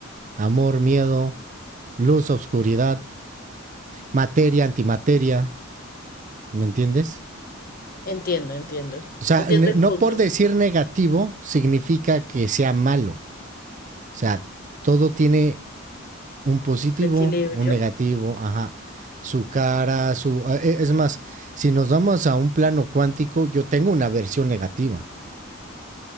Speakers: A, on the right; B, on the left.
A: amor, miedo, luz, oscuridad, materia, antimateria, ¿me entiendes?
B: Entiendo, entiendo.
A: O sea,
B: Entiendo
A: no
B: el punto.
A: por decir negativo significa que sea malo. O sea, todo tiene un positivo,
B: El equilibrio.
A: un negativo, ajá, su cara, su... a- e- Es más, si nos vamos a un plano cuántico, yo tengo una versión negativa,